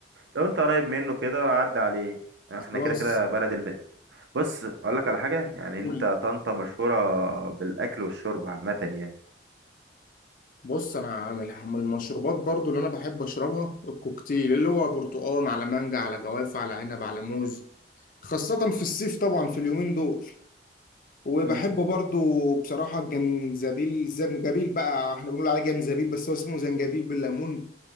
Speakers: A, on the right; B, on the left.
A: لو انت قريب منه كده عدى عليه احنا
B: خلاص
A: كده كده بلد بص اقول لك على حاجه يعني
B: قول
A: انت طنطا مشهوره بالاكل والشرب عامه يعني
B: بص انا عامل من المشروبات برضو اللي انا بحب اشربها الكوكتيل اللي هو برتقال على مانجا على جوافة على عنب على موز خاصة في الصيف طبعا في اليومين دول وبحبه
A: امم
B: برضو بصراحة الجنزبيل الزنجبيل بقى احنا بنقول عليه جنزبيل بس هو اسمه زنجبيل بالليمون